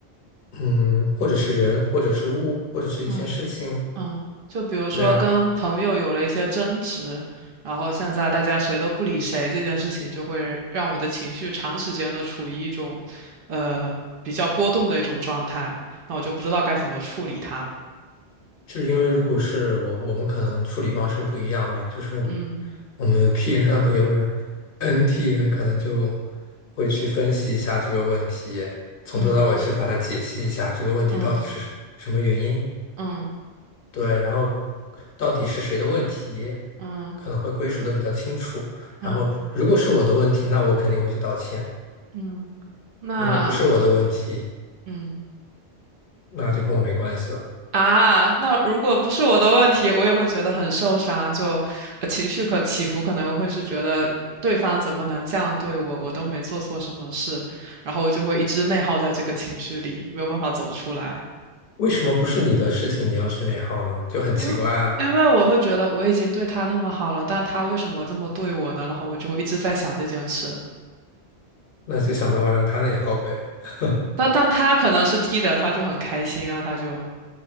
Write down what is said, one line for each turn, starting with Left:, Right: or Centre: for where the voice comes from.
Left: 嗯，或者是人，或者是物，或者是一件事情，
Right: 嗯。嗯，就比如说跟朋友有了一些争执，
Left: 对啊。
Right: 然后现在大家谁都不理谁，这件事情就会让我的情绪长时间的处于一种，呃，比较波动的一种状态，那我就不知道该怎么处理它。
Left: 就是因为如果是我，我们可能处理方式不一样吧，就是
Right: 嗯
Left: 我们 P 人啊，不，有 NT 人可能就会去分析一下这个问题，从头到尾去把它解析一下，
Right: 嗯
Left: 这个问题到底是什么原因，
Right: 嗯嗯
Left: 对，然后到底是谁的问题，
Right: 嗯
Left: 可能会归属的比较清楚。然后如果是我的问题，
Right: 嗯
Left: 那我肯定会去道歉；
Right: 嗯，那
Left: 如果不是我的问题，
Right: 嗯。
Left: 那就跟我没关系了。
Right: 啊，那如果不是我的问题，我也会觉得很受伤，就呃情绪可起伏，可能会是觉得对方怎么能这样对我，我都没做错什么事，然后我就会一直内耗在这个情绪里，没有办法走出来，
Left: 为什么不是你的事情你要去内耗呢？就很奇怪啊。
Right: 因为因为我会觉得我已经对他那么好了，但他为什么这么对我呢？然后我就会一直在想这件事。
Left: 那就想办法让他那耗呗。<laughs>
Right: 但但他可能是 T 人，他就很开心啊，他就